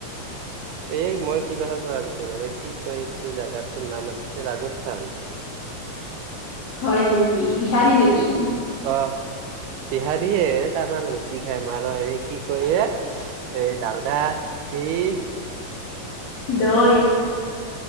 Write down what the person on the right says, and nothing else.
এই মই কিবাৰ পৰা আনিছিলো, এই কি কয় এইটো জেগাটোৰ নাম আছিল ৰাজস্থান।
অ বিহাৰী কিয়ে তামাম ৰুটি খাঁই মাৰুৱাৰীয়ে। কি কয় এই ডালদা, ঘিঁ